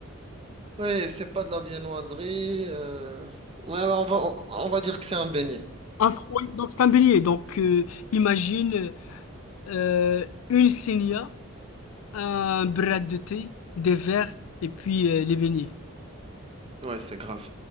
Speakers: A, on the right; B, on the left.
A: Oui, c'est pas de la viennoiserie. euh, ouais, bah, on va, on, on va dire que c'est un beignet.
B: Un fruit, donc c'est un beignet. Donc euh, imagine euh, une sénia, un bras de thé, des verres et puis euh, les beignets.
A: Oui, c'est grave.